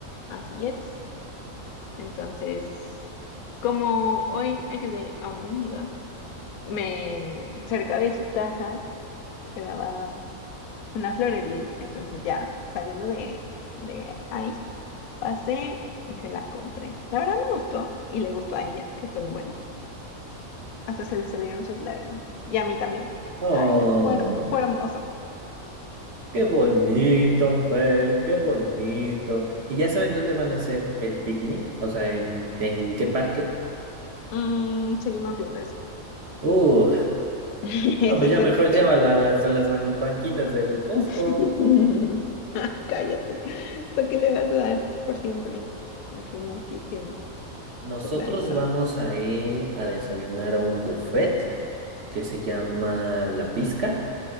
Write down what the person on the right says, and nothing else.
Oh,
qué bonito, Fer, qué bonito. ¿Y ya saben dónde van a hacer el picnic? O sea, ¿en, en qué parque?
Uh,
no, pues
ya mejor
llévala a las, a las ban- banquitas del Costco.
Nosotros
vamos a ir a desayunar a un buffet que se llama La Pizca.